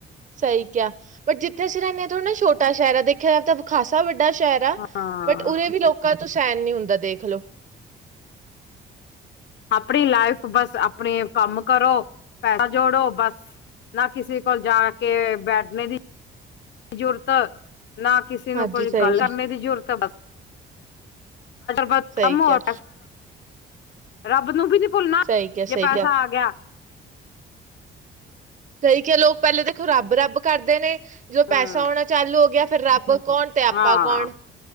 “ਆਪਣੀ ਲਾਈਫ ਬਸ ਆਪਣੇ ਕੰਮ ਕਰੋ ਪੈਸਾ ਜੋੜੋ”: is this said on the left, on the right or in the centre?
Left